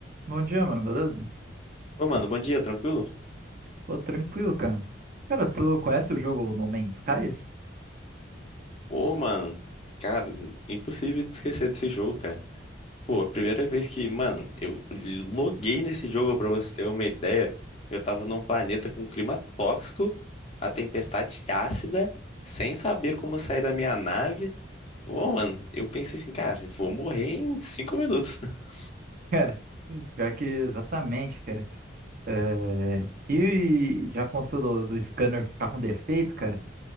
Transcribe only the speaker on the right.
Bom dia, mano, beleza?
Pô, tranquilo, cara. Cara, tu conhece o jogo No Man's Skies?
<laughs> Cara, pior que exatamente, cara. É, E já aconteceu do, do scanner ficar com defeito, cara?